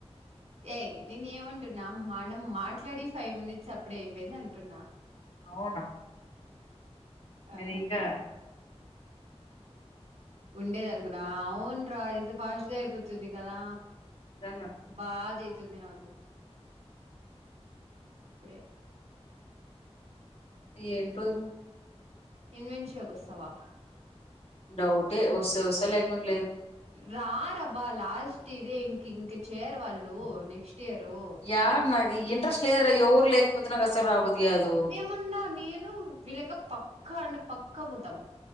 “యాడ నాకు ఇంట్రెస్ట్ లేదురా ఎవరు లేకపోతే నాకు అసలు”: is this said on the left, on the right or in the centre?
Left